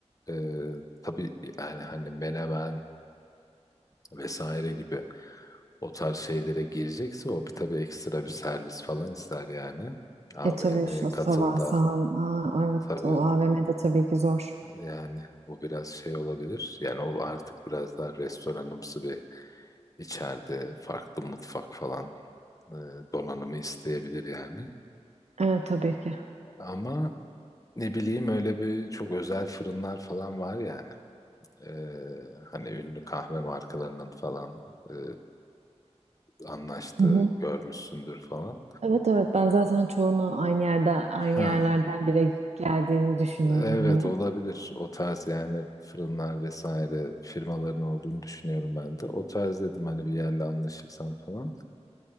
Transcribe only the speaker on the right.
E tabii şu
sabah sahan. Aa, evet
o AVM'de tabii ki zor.
Evet tabii ki.
<laughs>
Evet evet ben zaten çoğunu aynı yerden aynı
yerlerden bile geldiğini düşünüyorum
hani.